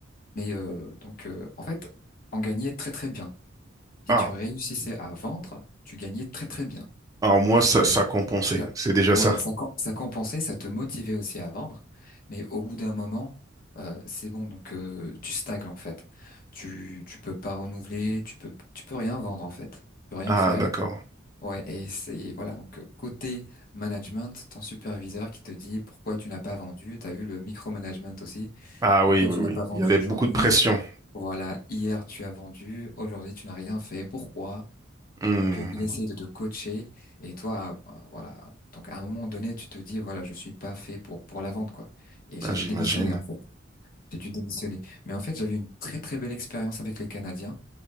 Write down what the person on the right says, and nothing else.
Ah,
ah, moi,
ça,
ça compensait.
C'est déjà
ça.
Ah,
d'accord.
Ah
oui, oui,
oui.
Il y avait
beaucoup de pression.
Hmm,
bah,
j'imagine.